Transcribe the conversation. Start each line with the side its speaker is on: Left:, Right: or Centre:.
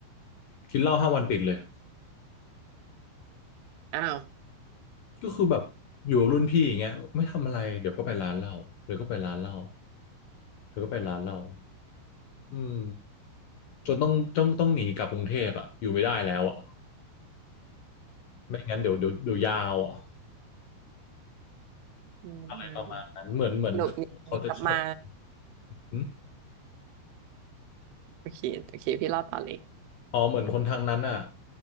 Left: กินเหล้าห้าวันติดเลย
Right: อ้าว
Left: ก็คือแบบอยู่กับรุ่นพี่อย่างเงี้ยไม่ทำอะไรเดี๋ยวก็ไปร้านเหล้าเดี๋ยวก็ไปร้านเหล้าเดี๋ยวก็ไปร้านเหล้าอืม จนต้องต้องต้องหนีกลับกรุงเทพอ่ะอยู่ไม่ได้แล้วอ่ะไม่งั้นเดี๋ยวเดี๋ยวเดี๋ยวยาวอ่ะ
Right: อืมอืม
Left: อะไรประมาณนั้นเหมือนเหมือนเขาจะชอบ
Right: หลบหนีหนีกลับมา
Left: หึ
Right: โอเคโอเคพี่เล่าต่อเลย
Left: อ๋อเหมือนคนทางนั้นอ่ะ